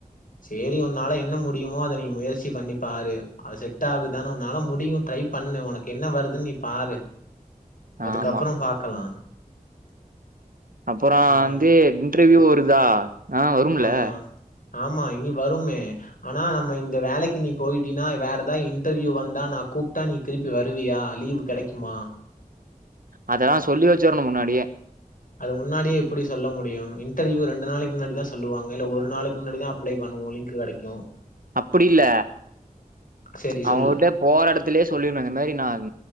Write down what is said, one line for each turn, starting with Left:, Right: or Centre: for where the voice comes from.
Left: சேரி உன்னால என்ன முடியுமோ அத நீ முயற்சி பண்ணி பாரு அது செட் ஆகுதான் உன்னால முடியு ட்ரை பண்ணு உனக்கு என்ன வருதுன் நீ பாரு அதுக்கப்புறோ
Right: ஆமா
Left: பாக்கலா
Right: அப்பறோந்து
Left: ஆ
Right: இன்ட் இதே ஊருதான் ஆ வரும்முல
Left: ஆமா ஆமா இனி வருமே ஆனா நம்ம இந்த வேலைக்கு நீ போய்டீனா வேற ஏதாவது இன்டர்வியூ வந்தா நான் கூப்பிட்டா நீ திருப்பி வருவியா லீவு் கெடைக்குமா
Right: அதெல்லாம் சொல்லி வச்சருணும் முன்னாடியே
Left: அது முன்னாடியே எப்படி சொல்ல முடியும் இன்டர்வியூ ரெண்டு நாளைக்கு முன்னாடி தான் சொல்லுவாங்க இல்ல ஒரு நாளைக்கு முன்னாடி தான் அப்ளை பண்ணுவோம் லிங்க் கெடைக்கும்
Right: அப்படி இல்ல
Left: சேரி
Right: அவங்ககிட்ட
Left: சொல்லு
Right: போற இடத்துலேயே சொல்லிடணும் இந்த மாதிரி நான்